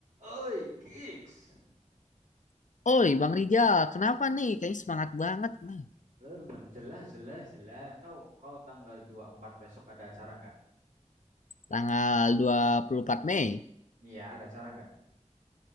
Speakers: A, on the right (about 75°); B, on the left (about 80°).
A: Oi, Kicks.
B: Oi, Bang Rijal, kenapa nih? Kayaknya semangat banget. Nah,
A: Belum, jelas, jelas, jelas. Kau kau tanggal dua puluh empat besok ada acara nggak?
B: tanggal 24 Mei.
A: Iya, ada acara nggak?